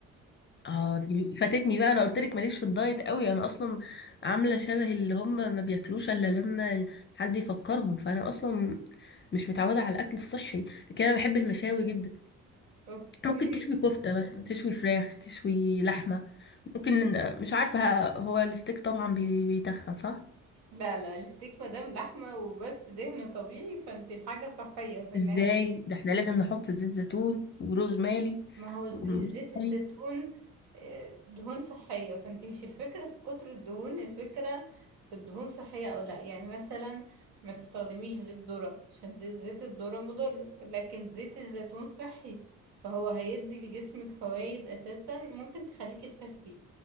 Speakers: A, on the left; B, on the right.
A: اه دي فاتتني بقى انا قلت لك ماليش في الدايت قوي انا اصلا عامله شبه اللي هم ما بياكلوش الا لما حد يفكرهم فانا اصلا مش متعوده على الاكل الصحي لكن انا بحب المشاوي جدا
B: اوكي
A: ممكن تشوي كفته مثلا تشوي فراخ تشوي لحمه ممكن مش عارفه هو الستيك طبعا بي- بيتخن صح
B: لا لا الستيك مادام لحمة وبس دهن طبيعي فانت الحاجة صحية في النهاية
A: ازاي ده احنا لازم نحط زيت زيتون وروزماري
B: ما هو الز-
A: وروزماري
B: زيت الزيتون آه، دهون صحية فانت مش الفكرة في كتر الدهون الفكرة في الدهون صحية او لا يعني مثلا ما تستخدميش زيت ذرة عشان ده- زيت الذرة مضر لكن زيت الزيتون صحي فهو هيدي لجسمك فوائد اساسا ممكن تخليكي تخسي